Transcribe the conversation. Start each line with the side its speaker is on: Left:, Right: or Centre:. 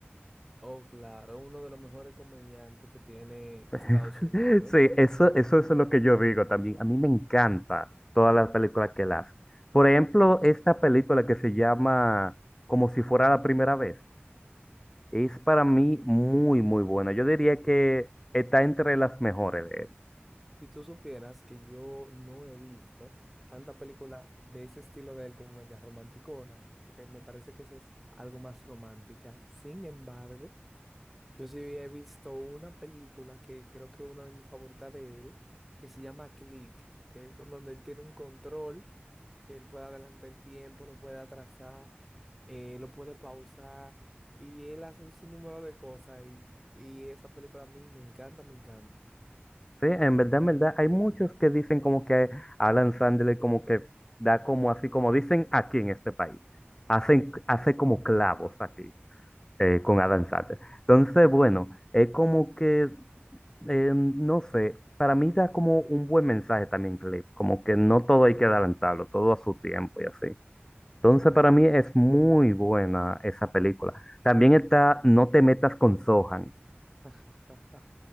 Centre: Oh, claro, uno de los mejores comediantes que tiene
Left: <laughs>
Centre: Estados Unidos.
Left: Sí, eso, eso es lo que yo digo también. A mí me encanta todas las películas que él hace. Por ejemplo, esta película que se llama Como si fuera la primera vez, es para mí muy, muy buena. Yo diría que está entre las mejores.
Centre: Si tú supieras que yo no he visto tanta película de ese estilo de él como media romanticona, porque me parece que esa es algo más romántica. Sin embargo, yo sí he visto una película que creo que es una de mis favoritas de él, que se llama Click, que es con- donde él tiene un control, que él puede adelantar el tiempo, lo puede atrasar, eh, lo puede pausar, y él hace un sinnúmero de cosas, y, y esa película a mí me encanta, me encanta.
Left: Sí, en verdad, en verdad, hay muchos que dicen como que Alan Sandler como que da como así, como dicen aquí en este país, hacen, hace como clavos aquí eh, con Alan Sandler. Entonces, bueno, es como que, eh, no sé, para mí da como un buen mensaje también, Clip, como que no todo hay que adelantarlo, todo a su tiempo y así. Entonces, para mí es muy buena esa película. También está No te metas con Sohan.
Centre: <laughs>